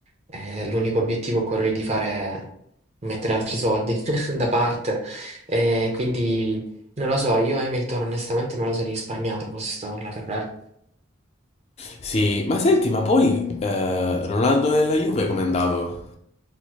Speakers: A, on the right; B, on the left.
A: eh, l'unico obiettivo è quello di fare Mettere altri soldi <laughs> da parte. Ehm, quindi non lo so, io Hamilton onestamente me lo sarei risparmiato fossi stato nella Ferrari.
B: Sì, ma senti, ma poi eh, Ronaldo nella Juve com'è andato?